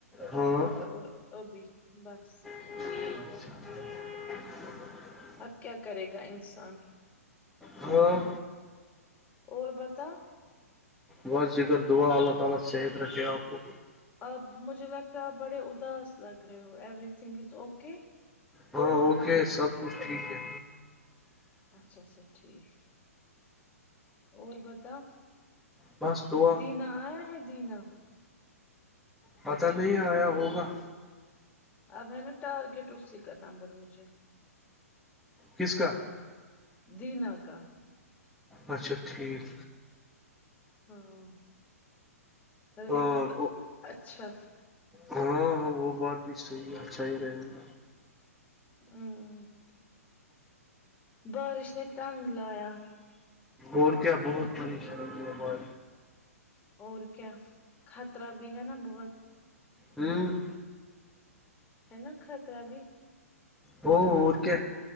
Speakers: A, in the centre; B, on the left.
A: ہاں
B: اور ابھی بس
A: <inaudible>
B: اب کیا کرے گا انسان
A: ہاں
B: اور بت
A: بس جگر دعا اللہ تعالی صحت رکھے اپ کو
B: اب مجھے لگتا ہے آپ بڑے اداس لگ رہے ہو ایوری تھنگ از اوکے
A: ہاں اوکے سب کچھ ٹھیک ہے
B: اچھا اچھا ٹھیک اور بتا
A: بس دعا
B: دینا آیا ہے دینا
A: پتا نہیں آیا ہوگا
B: اب ہے نا ٹارگیٹ اسی کا نمبر مجھے
A: کس کا
B: دینا کا
A: اچھا ٹھیک
B: ہاں رہے
A: اور
B: گا اچھا
A: ہاں ہاں وہ بات بھی صحیح ہے اچھا ہی رہے گا
B: ہوں بارش نے تنگ لایا
A: اور کیا بہت پریشانی ب
B: اور کیا خطرہ بھی ہے نا بہت
A: ہوں
B: ہےا خطرہ بھی
A: وہ کیا